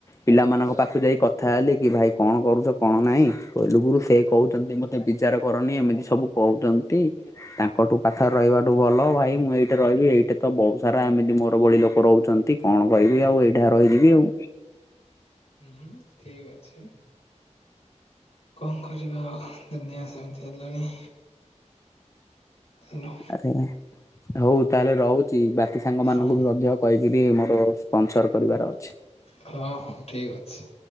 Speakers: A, on the left; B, on the left.
A: ପିଲାମାନଙ୍କ ପାଖକୁ ଯାଇ କଥା ହେଲି କି ଭାଇ କଣ କରୁଛ କଣ ନାହିଁ କହିଲୁ ଗୁରୁ ସେ କହୁଛନ୍ତି ମତେ ଏ ବିଚାର କରନି ଏମିତି ସବୁ କହୁଚନ୍ତି। ତାଙ୍କଠୁ ପାଖରେ ରହିବାଠୁ ଭଲ ଭାଇ ମୁଁ ଏଇଠି ରହିବି ଏଇଠି ତ ବହୁତ ସାରା ଏମିତି ମୋର ଭଳି ଲୋକ ରହୁଛନ୍ତି। କଣ କହିବି ଆଉ ଏହିଠାରେ ରହିଯିବି ଆଉ।
B: ହୁଁ ଠିକ୍ ଅଛି। କଣ କରିବା ଆଉ ଦୁନିଆ ସେମିତି ହେଲାଣି‌। ଭଲ।
A: ଆରେ ହଉ ତାହେଲେ ରହୁଛି ବାକି ସାଙ୍ଗ ମାନଙ୍କୁ
B: ହଁ
A: ବି ମଧ୍ୟ। କହିକିରି ମୋର ସ୍ପନସର୍ କରିବାର ଅଛି।
B: ହଁ ହଁ ଠିକ୍ ଅଛି।